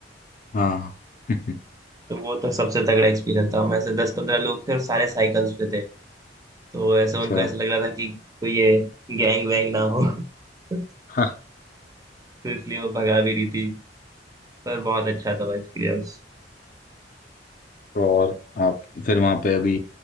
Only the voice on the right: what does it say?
तो वो तो सबसे तगड़ा एक्सपीरियंस था हम ऐसे दस पंद्रह लोग थे और सारे साइकिल्स पे थे तो ऐसे
उनको ऐसे लग रहा था कि कोई ये गैंग वैंग ना हो <laughs>
तो इसलिए वो भगा भी रही थी पर बहुत अच्छा था वो एक्सपीरियंस